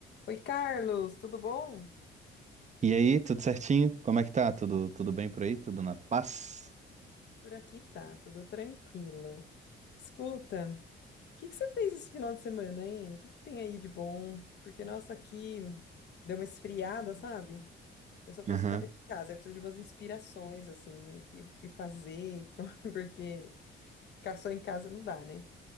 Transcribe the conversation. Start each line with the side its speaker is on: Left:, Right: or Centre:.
Left: Oi, Carlos, tudo bom?
Right: E aí, tudo certinho? Como é que tá? Tudo, tudo bem por aí? Tudo na paz?
Left: Por aqui tá, tudo tranquilo. Escuta, o que que você fez esse final de semana, hein? O que que tem aí de bom? Porque, nossa, aqui deu uma esfriada, sabe? Eu só penso
Right: Aham.
Left: em ficar dentro de casa, eu preciso de umas inspirações, assim, o que, o que fazer, <laughs> porque ficar só em casa não dá, né?